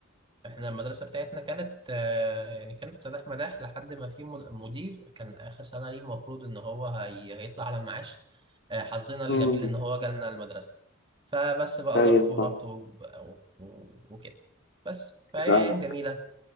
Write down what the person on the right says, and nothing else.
احنا المدرسه بتاعتنا كانت آه، يعني كانت سداح مداح لحد ما في مد- مدير كان اخر سنه ليه المفروض ان هو هي... هيطلع على المعاش آه، حظنا الجميل
ان هو جالنا المدرسه فبس بقى
ظبط وربط
وب- و... و... وكده بس فهي
ايام جميله